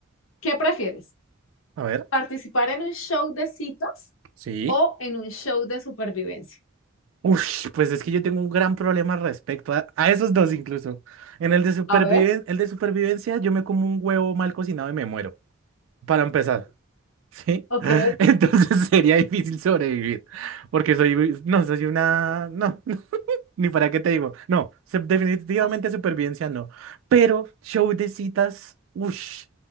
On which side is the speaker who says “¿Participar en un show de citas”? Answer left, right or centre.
Left